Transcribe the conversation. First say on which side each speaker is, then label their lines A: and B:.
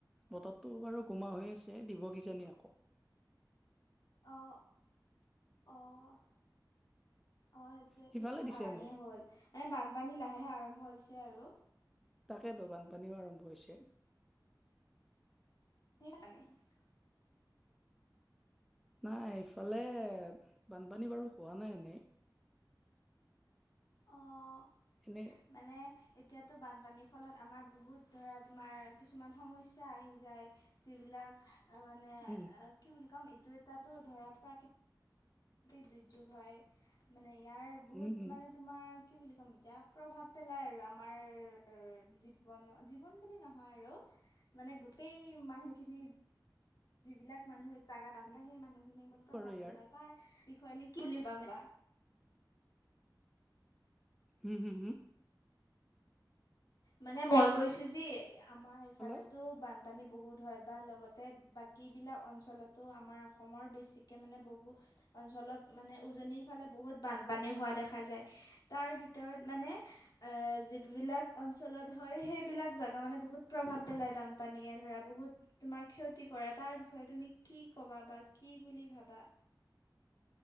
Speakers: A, in the centre; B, on the left.
A: বতৰতো বাৰু গোমা হৈ আছে, দিব কিজানি আকৌ।
B: অ', অ'। অ', সেইটোয়েটো
A: সিফালে
B: <unintelligible>
A: দিছে এনে
B: হ'ল মানে বানপানী লাহে, লাহে আৰম্ভ হৈছে আৰু।
A: তাকেটো বানপানীও আৰম্ভ হৈছে!
B: <inaudible>
A: নাই ইফালে বানপানী বাৰু হোৱা নাই এনেই।
B: অ'।
A: এনে
B: মানে এতিয়াতো বানপানীৰ ফলত আমাৰ বহুত ধৰা তোমাৰ কিছুমান সমস্যা আহি যায়। যিবিলাক মানে অ',
A: উম
B: কি বুলি কম এইটো এটা ধৰা প্ৰাকৃ তিক দুৰ্যোগ হয়, মানে ইয়াৰ বহুত
A: উম উম
B: মানে তোমাৰ কি বুলি ক'ম এতিয়া প্ৰভাৱ পেলাই আৰু আমাৰ জীৱনত, জীৱন বুলি নহয় আৰু মানে গোটেই মানুহখিনি যিবিলাক মানুহে জাগাত আনা নাই সেই মানুহখিনিৰ কথা
A: বাৰু
B: ভাৱ
A: ইয়াৰ
B: পেলাই, তাৰ বিষয়ে <unintelligible> কি বুলি ভাবা?
A: হুম, হুম, হু!
B: মানে মই কৈছোঁ যি আমাৰ ইফালেতো
A: কলা
B: বান পানী বহুত হয়, বা লগতে বাকীবিলাক অঞ্চলতো আমাৰ অসমৰ বেছিকৈ মানে বহু অঞ্চলত মানে উজনিৰ ফালে বহুত বানপানী হোৱা দেখা যায়। তাৰ ভিতৰত মানে আহ, যিবিবিলাক অঞ্চলত হয়, সেইবিলাক জেগা মানে বহুত প্ৰভাৱ পেলায় বানপানীয়ে ধৰা বহুত তোমাৰ ক্ষতি কৰে, তাৰ বিষয়ে তুমি কি ক'বা বা কি বুলি ভাবা?